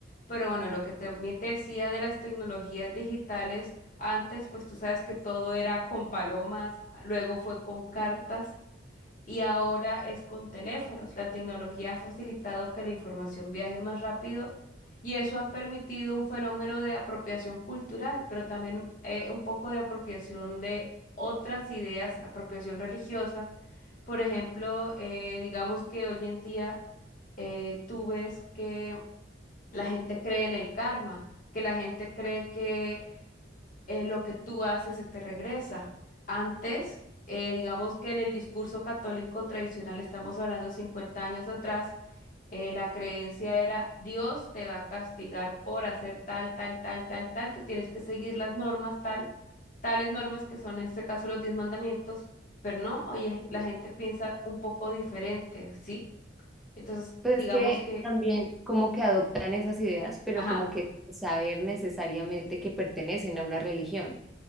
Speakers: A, on the left; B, in the centre.
A: Pero bueno, lo que también te decía de las tecnologías digitales, antes pues tú sabes que todo era con palomas, luego fue con cartas y ahora es con teléfonos. La tecnología ha facilitado que la información viaje más rápido y eso ha permitido un fenómeno de apropiación cultural, pero también eh, un poco de apropiación de otras ideas, apropiación religiosa. Por ejemplo, eh, digamos que hoy en día eh, tú ves que la gente cree en el karma, que la gente cree que eh, lo que tú haces se te regresa. Antes, eh, digamos que en el discurso católico tradicional, estamos hablando 50 años atrás, eh, la creencia era Dios te va a castigar por hacer tal, tal, tal, tal, tal, tú tienes que seguir las normas, tal, tales normas que son en este caso los diez mandamientos, pero no, oye, la gente piensa un poco diferente, ¿sí? Entonces,
B: Pues
A: digamos
B: es que
A: que,
B: también como que adoptan esas ideas, pero
A: ajá.
B: como que saber necesariamente que pertenecen a una religión.